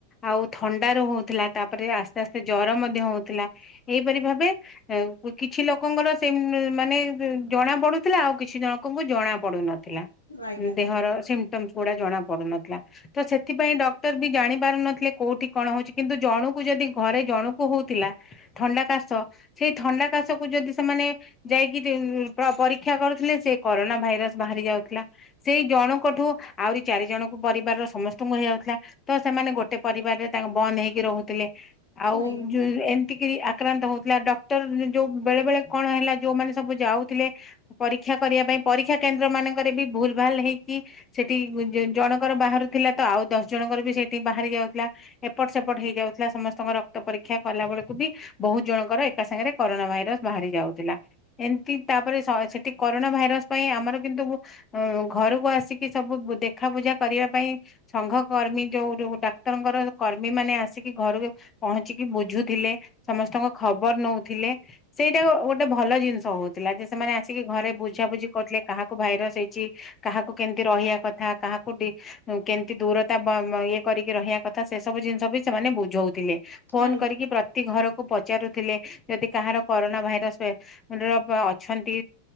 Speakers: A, on the left; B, on the left.
A: ଆଉ ଥଣ୍ଡା ର ହଉଥିଲା, ତାପରେ ଆସ୍ତେ ଆସ୍ତେ ଜର ମଧ୍ୟ ହଉଥିଲା, ଏହିଇପରି ଭାବେ କିଛି ଲୋକଙ୍କର ସେ ମାନେ ଜଣା ପଡୁଥିଲା, ଆଉ କିଛି ଜଣକଙ୍କୁ ଜଣା ପଡୁନଥିଲା।
B: ଆଜ୍ଞା
A: ଦେହର ସିମଟମସ ଗୁଡା ଜଣା ପଡୁନଥିଲା, ତ ସେଥିପାଇଁ ଡକ୍ଟର ବି ଜାଣି ପାରୁନଥିଲେ କୋଉଠି କଣ ହଉଛି, କିନ୍ତୁ ଜଣକୁ ଯଦି ଘରେ ଜଣକୁ ହଉଥିଲା। ଥଣ୍ଡାକାଶ, ସେଇ ଥଣ୍ଡା କାଶ କୁ ଯଦି ସେମାନେ ଯାଇକି ପରୀକ୍ଷା କରୁଥିଲେ, ସେ କରୋନା ଭାଇରସ ବାହାରି ଯାଉଥିଲା। ସେଇ ଜଣଙ୍କଠୁ ଆହୁରି ଚାରି ଜଣଙ୍କୁ ପରିବାରର ସମସ୍ତଙ୍କୁ ହେଇଯାଉଥିଲା। ତ ସେମାନେ ଗୋଟେ ପରିବାରରେ ତାଙ୍କ ବନ୍ଦ ହେଇକି ରହୁଥିଲେ ଆଉଉ
B: ଆଜ୍ଞା
A: ଯୋଉ ଏମିତି ଆକ୍ରାନ୍ତ ହଉଥିଲା, ଡକ୍ଟର ଯୋଉ ବେଳେ ବେଳେ କଣ ହେଲା ଯୋଉମାନେ ସବୁ ଯାଉଥିଲେ। ପରୀକ୍ଷା କରିବା ପାଇଁ, ପରୀକ୍ଷା କେନ୍ଦ୍ର ମାନଙ୍କରେ ବି ଭୁଲ ଭାଲ ହେଇକି ସେଠି ଜଣଙ୍କର ବାହାରୁଥିଲା ତ, ଆଉ ଦଶ ଜଣଙ୍କର ବି ସେଠି ବାହାରି ଯାଉଥିଲା। ଏପଟ ସେପଟ ହେଇଯାଉଥିଲା ସମସ୍ତଙ୍କ ରକ୍ତ ପରୀକ୍ଷା କଲା ବେଳକୁ ବି ବହୁତ ଜଣଙ୍କର ଏକା ସାଙ୍ଗରେ କରୋନା ଭାଇରସ ବାହାରି ଯାଉଥିଲା, ଏମିତି ତାପରେ ଶହେ ସେ କରୋନା ଭାଇରସ ପାଇଁ ଆମର କିନ୍ତୁ ଅ ଘରକୁ ଆସିକି ସବୁ ଦେଖା ବୁଝା କରିବା ପାଇଁ ସଂଘ କର୍ମୀ ଯୋଉ ଯଉ ଡାକ୍ତରଙ୍କର କର୍ମୀ ମାନେ ଆସ ଆସିକି ଘରୁ ପହଞ୍ଚିକି ବୁଝୁଥିଲେ, ସମସ୍ତଙ୍କ ଖବର ନଉଥିଲେ, ସେଇ ଏଟା ଗୋଟେ ଭଲ ଜିନିଷ ହଉଥିଲା ଯେ ସେମାନେ ଆସିକି ଘରେ ବୁଝା ବୁଝି କଥିଲେ କାହାକୁ ଭାଇରସ ହେଇଛି, କାହାକୁ କେମିତି ରହିବା କଥା, କାହାକୁ କେମତି ଦୂର ତା ଇଏ କରିକି ରହିବା କଥା ସେ ସବୁ ଜିନିଷ ବି ସେମାନେ ବୁଝଉଥିଲେ ଫୋନ
B: ଆଜ୍ଞା
A: କରିକି ଘରକୁ ପଚାରୁଥିଲେ ଯଦି କାହାର କରୋନା ଭାଇରସ ର ଅଛନ୍ତି,